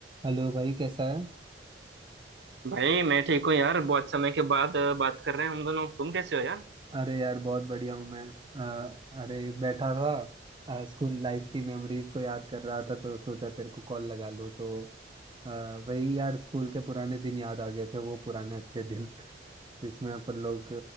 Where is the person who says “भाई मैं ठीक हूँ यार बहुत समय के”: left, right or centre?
Right